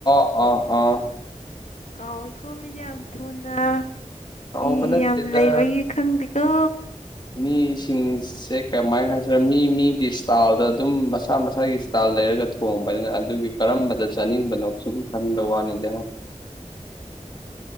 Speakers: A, on the left; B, on the left.
A: ꯑꯥ ꯑꯥ
B: ꯀꯥꯎꯏꯀꯣ ꯃꯤꯗꯤ ꯌꯥꯝ ꯊꯨꯅ
A: ꯀꯥꯎꯕ
B: ꯃꯤ
A: ꯅꯠꯇꯦꯗ
B: ꯌꯥꯝ ꯂꯩꯕꯒꯤ ꯈꯪꯗꯦꯀꯣ
A: ꯃꯤ ꯁꯤ ꯁꯦ ꯀꯃꯥꯏꯅ ꯍꯥꯏꯁꯤꯔ ꯃꯤ ꯃꯤꯒꯤ ꯏꯁꯇꯥꯏꯜꯗ ꯑꯗꯨꯝ ꯃꯁꯥ ꯃꯁꯥꯒꯤ ꯏꯁꯇꯥꯏꯜ ꯂꯩꯔꯒ ꯊꯣꯡꯕꯅꯤꯅ ꯑꯗꯨꯒꯤ ꯀꯔꯝꯕꯗ ꯆꯥꯅꯤꯡꯕꯅꯣ ꯁꯨꯝ ꯈꯟꯕ ꯋꯥꯅꯤꯗ